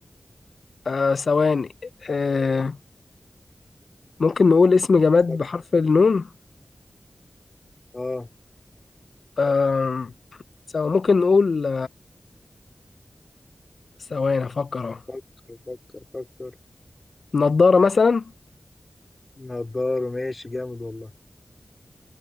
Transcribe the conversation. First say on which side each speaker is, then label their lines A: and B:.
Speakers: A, on the left (about 75°); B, on the left (about 35°).
A: آه ثواني آه ممكن نقول اسم جماد
B: فكر
A: بحرف النون
B: اه
A: آه سواء ممكن نقول ثواني افكر اهو
B: فكر فكر فكر
A: نضارة مثلا
B: نضاره ماشي جامد والله